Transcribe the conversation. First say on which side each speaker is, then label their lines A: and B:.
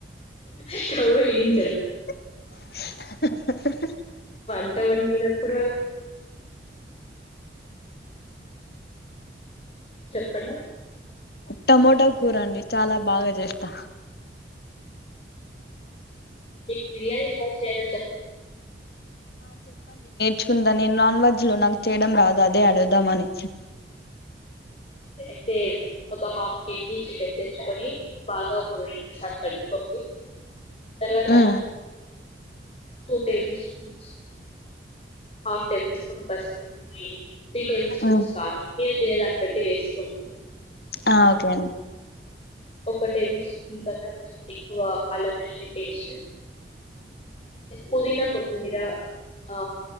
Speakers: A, on the left; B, on the left.
A: స్టవ్ వెలిగిం
B: <unintelligible>
A: వంట వండినప్పుడు చెప్పండి.
B: టమోటో కూర అండి చాలా బాగా చేస్తా.
A: మీకు బిర్యానీ ఎలా చేయాలో చెప్
B: చుందా నేన్ నాన్ వెజ్ లో నన్ తేడం రాదు అదే అడుదాం అని
A: అయితే ఒక హాఫ్ కేజీ చికెన్ తెచ్చుకొని బాగా ఒక రెండు మూడు సార్లు కడుక్కోండి
B: <inaudible>
A: తర్వాత
B: um
A: two table spoons half table spoon పసుపు త్రీ టేబుల్ స్పూన్స్
B: ఉమ్
A: కారం మీరు తినే దాన్ని బట్టి వేస్ కొండి
B: ఆ ఓకే అండి
A: ఒక టేబుల్ స్పూన్ <unintelligible> ఎక్కువ అల్లం వెల్లుల్లి పేస్టు పుదినా కొత్తిమ్మిరా ఆ